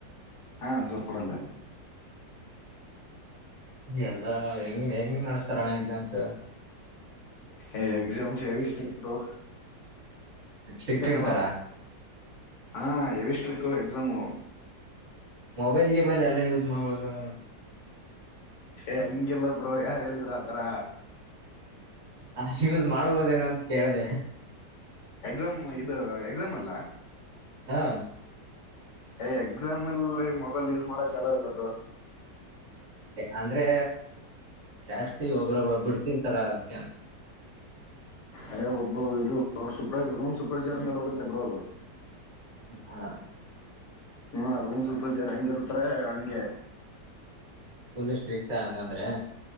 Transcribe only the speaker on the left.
ಹಾ ಸುರಪುರಲೇ
ಎ ಎಕ್ಸಾಮ್ ಹೇವಿ ಸ್ಟ್ರಿಕ್ಟೋ <unintelligible>
ಹಾ ಹೆವಿ ಸ್ಟಿರಕೊ ಎಕ್ಸಾಮು
ಏ ಹಂಗಿಲ್ಲ ಬ್ರೋ ಯಾರ ಹೇಳಿದ್ರು ಆತರ
ಎಕ್ಸಾಮ್ ಇದು ಎಕ್ಸಾಮ್ ಅಲ್ಲ
ಏ ಎಕ್ಸಾಮ್ ಅಲ್ಲಿ ಮೊಬೈಲ್ ಯೂಸ್ ಮಾಡಕ್ ಅಲೊ ಇಲ್ಲ ಬ್ರೋ
ಅಯ ಒಬ್ಬ ಇದು ಸುಪ್ರೈಜರ್ ರೂಮ್ ಸುಪ್ರೈಜರ್ ಮೇಲೆ ಹೋಗುತ್ತೆ ಬ್ರೋ ಅದು
ಹ್ಮ ರೂಮ್ ಸೂಪರೈಸರ್ ಹೆಂಗ ಇರ್ತಾರೆ ಹಂಗೆ